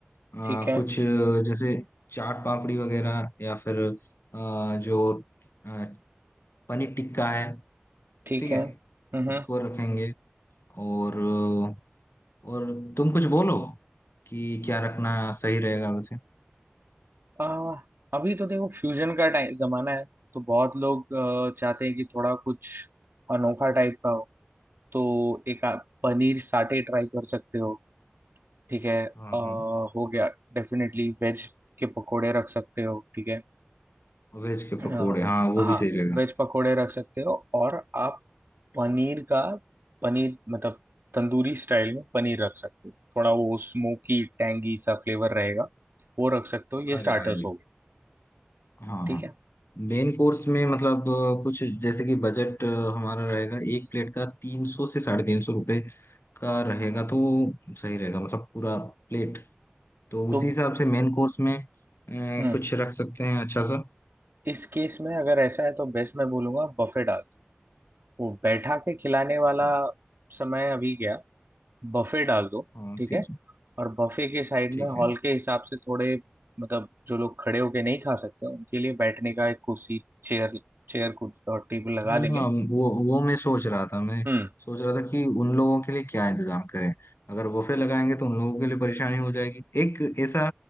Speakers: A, on the left; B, on the right.
A: आ,
B: ठीक है
A: कुछ अ, जैसे चाट पापड़ी वगैरह या फिर आ, जो अ, पनीर टिक्का है
B: ठीक
A: ठीक
B: है
A: है
B: हम्म
A: उसको
B: हम्म।
A: रखेंगे और अ, और तुम कुछ बोलो कि क्या रखना सही रहेगा वैसे
B: आ, अभी तो देखो फ्यूजन का टाइम जमाना है तो बहुत लोग आ, चाहते हैं कि थोड़ा कुछ अनोखा टाइप का हो तो एक आप पनीर साटे ट्राई कर सकते हो ठीक है आ,
A: हाँ
B: हो
A: हाँ
B: गया डेफिनेटली वेज के पकोड़े रख सकते हो ठीक है
A: वेज के
B: आ,
A: पकोड़े हाँ वो
B: हाँ
A: भी सही रहेगा
B: वेज पकोड़े रख सकते हो और आप पनीर का पनीर मतलब तंदूरी स्टाइल में पनीर रख सकते हो थोड़ा वो स्मोकी टैंगी सा फ्लेवर रहेगा वो रख सकते हो ये
A: अरे
B: स्टार्टर्स
A: भाई
B: हो गए
A: हाँ
B: ठीक
A: हाँ
B: है
A: मेन कोर्स में मतलब अ, कुछ जैसे कि बजट हमारा रहेगा एक प्लेट का तीन सौ से साढ़े तीन सौ रुपये का रहेगा तो सही रहेगा मतलब पूरा प्लेट तो
B: तो
A: उसी हिसाब से मेन कोर्स में अ,
B: हम्म
A: कुछ रख सकते हैं अच्छा सा
B: इस केस में अगर ऐसा है तो बेस्ट मैं बोलूंगा बफे डाल दो वो बैठा के खिलाने वाला
A: हाँ
B: समय अभी गया बफे डाल दो
A: हाँ,
B: ठीक
A: ठीक
B: है
A: है
B: और बफे के साइड
A: ठीक
B: में हॉल
A: है
B: के हिसाब से थोड़े मतलब जो लोग खड़े होके नहीं खा सकते उनके लिए बैठने का एक कुर्सी चेयर चेयर कुर्सी और टेबल लगा
A: हाँ
B: देंगे
A: हाँ वो वो मैं सोच रहा था मैं
B: हम्म
A: सोच रहा था कि उन लोगों के लिए क्या इंतजाम करें अगर वफे लगाएंगे तो उन लोगों के लिए परेशानी हो जाएगी एक ऐसा